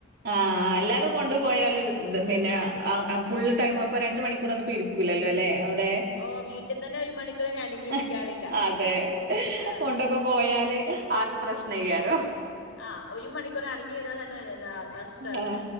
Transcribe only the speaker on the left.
ഓ വീട്ടിൽ തന്നെ ഒരു മണിക്കൂറിന് അടങ്ങിയിരിക്കാറില്ല
ആഹ്
ആ ഒരുമണിക്കൂർ അടങ്ങിഇര്ന്നാതന്നെ ന്ന നഷ്ടവടെ